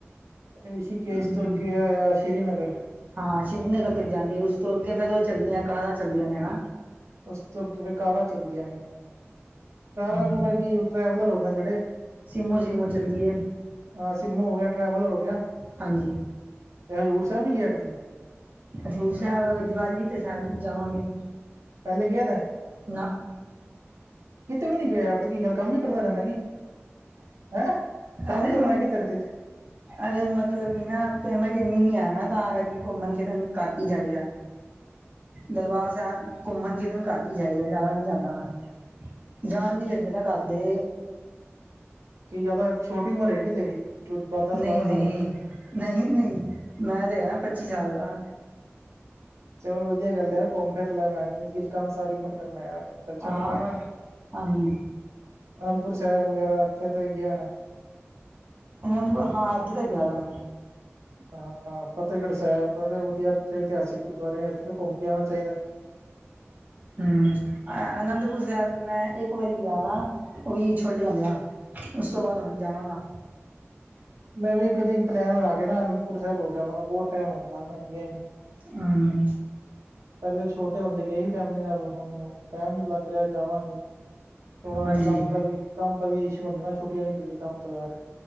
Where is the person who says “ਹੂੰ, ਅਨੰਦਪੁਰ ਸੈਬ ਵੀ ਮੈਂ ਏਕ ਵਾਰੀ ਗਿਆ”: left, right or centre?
Right